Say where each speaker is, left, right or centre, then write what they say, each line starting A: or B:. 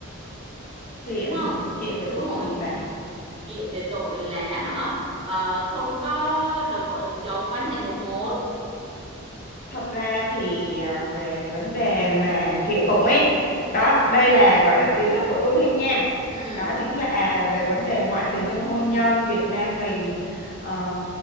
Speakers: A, on the left (about 40°); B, on the right (about 25°).
A: kiện
B: đúng không
A: hả? kiện về
B: đúng
A: tội
B: rồi
A: gì bà
B: kiện về tội là hả ờ, không có đồng vợ đồng chồng quan hệ một một
A: Thật ra thì à, về vấn đề mà kiện tụng ấy, đó đây là gọi là kiến thức của tôi thôi nha.
B: ừ
A: Đó chính là về vấn đề ngoại tình trong hôn nhân Việt Nam mình ờ,